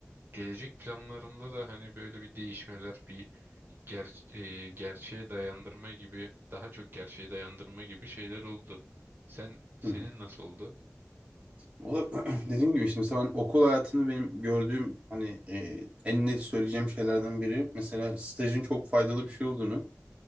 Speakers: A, on the right (about 45°); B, on the right (about 20°).
A: gelecek planlarımda da hani böyle bir değişmeler, bir ger e, gerçeğe dayandırma gibi, daha çok gerçeğe dayandırma gibi şeyler oldu. Sen senin
B: hı.
A: nasıl oldu?
B: Valla <clears throat> dediğim gibi işte mesela ben okul hayatını benim gördüğüm hani e, en net söyleyeceğim şeylerden biri mesela stajın çok faydalı bir şey olduğunu